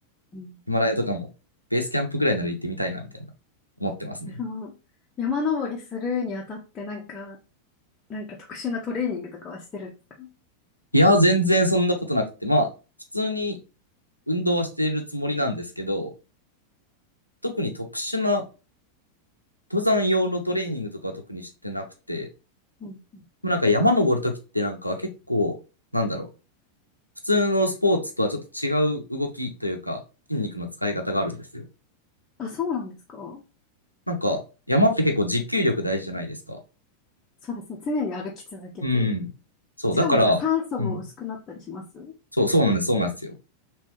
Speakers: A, on the left; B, on the left.
A: うん
B: ヒマラヤとかも、ベースキャンプぐらいなら行ってみたいな、みたいな、思ってますね。
A: <laughs> その山登りするにあたってなんか、なんか特殊なトレーニングとかはしてるんですか
B: いや、全然そんなことなくて、まあ、普通に運動はしているつもりなんですけど、特に特殊な登山用のトレーニングとかは特にしてなくて、
A: うんうん
B: なんか山登るときってなんか結構、なんだろう、普通のスポーツとはちょっと違う動きというか、筋肉の使い方があるんですよ。
A: あ、そうなんですか
B: なんか、山って結構持久力大事じゃないですか。
A: そうですね。常に歩き続けて。
B: うん。そう、
A: しかもなんか酸素も薄くなったりしますあ
B: だから、うん。そう、そうなんです、そうなんですよ。